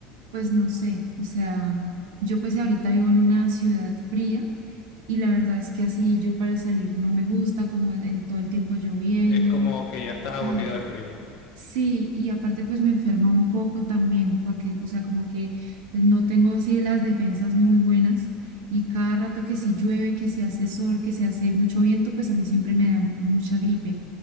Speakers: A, on the right; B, on the left.
A: pues no sé, o sea, yo pues ahorita vivo en una ciudad fría y la verdad es que así yo para salir no me gusta, como el, el- todo el tiempo lloviendo.
B: Es como que ya estás aburrida
A: Ay,
B: del frío, ¿no?
A: Sí, y aparte pues me enferma un poco también, porque, o sea, como que no tengo así las defensas muy buenas y cada rato que si llueve, que si hace sol, que si hace mucho viento, pues a mí siempre me da mucha gripe.